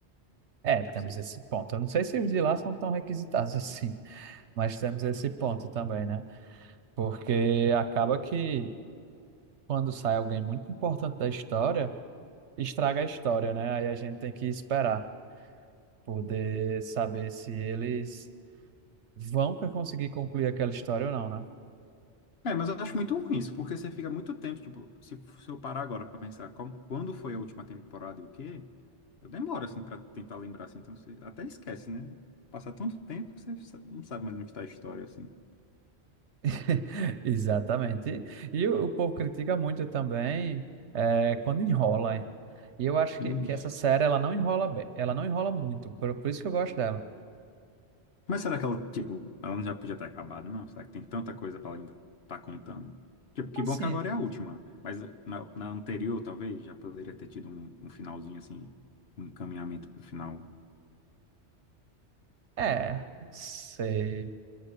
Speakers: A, on the right (about 75°); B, on the left (about 60°).
A: É, temos
B: Deve ser isso.
A: esse ponto. Eu não sei se os de lá são tão requisitados <laughs> assim, mas temos esse ponto também, né? Porque acaba que quando sai alguém muito importante da história, estraga a história, né? Aí a gente tem que esperar, poder saber se eles vão conseguir concluir aquela história ou não, né?
B: É, mas eu acho muito ruim isso, porque você fica muito tempo, tipo, se, se eu parar agora pra pensar como- quando foi a última temporada e o quê, eu demoro, assim, pra tentar lembrar, assim, então você até esquece, né? Passa tanto tempo que você sa- não sabe mais onde tá a história, assim.
A: <laughs> Exatamente. E, e o, o povo critica muito também é, quando enrola. hein? E eu acho que,
B: Ixi.
A: que essa série ela não enrola bem, ela não enrola muito, por, por isso que eu gosto dela.
B: Mas será que ela, tipo, ela não já podia ter acabado, não? Será que tem tanta coisa pra ela ainda tá contando? Tipo, que
A: Assim.
B: bom que agora é a última, mas na, na anterior, talvez, já poderia ter tido um, um finalzinho, assim, um encaminhamento pro final
A: É, não sei.